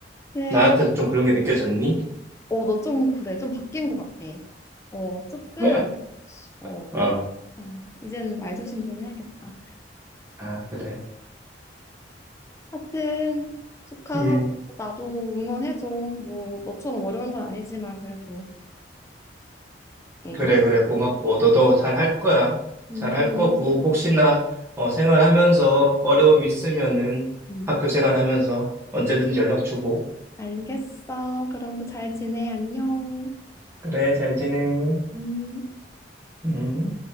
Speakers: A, on the left (about 15°); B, on the right (about 15°).
A: 근데
B: 나한테도 좀 그런 게 느껴졌니?
A: 어, 너 좀 그래 좀 바뀐 것 같아. 어, 조금
B: <laughs>
A: 어,
B: 어,
A: 어, 이제는 말조심 좀 해야겠다.
B: 아, 그래.
A: 하여튼 축하하고
B: 음.
A: 나도 응원해줘. 뭐 너처럼 어려운 건 아니지만 그래도 응,
B: 그래, 그래, 고맙고, 너도 잘할 거야.
A: 응,
B: 잘할
A: 고마워.
B: 거고, 혹시나, 어, 생활하면서 어려움 있으면은,
A: 응.
B: 학교 생활하면서 언제든지 연락 주고.
A: 알겠어. 그럼 또 잘 지내. 안녕.
B: 그래, 잘 지내.
A: 음.
B: 음.